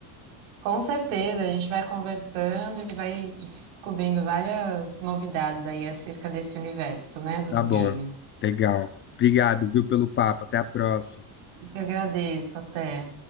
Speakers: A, on the right (about 70°); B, on the left (about 30°).
A: Com certeza, a gente vai conversando e vai descobrindo várias novidades aí acerca desse universo, né, dos
B: Tá
A: games.
B: bom, legal. Obrigado, viu, pelo papo. Até a próxima.
A: Eu que agradeço, até.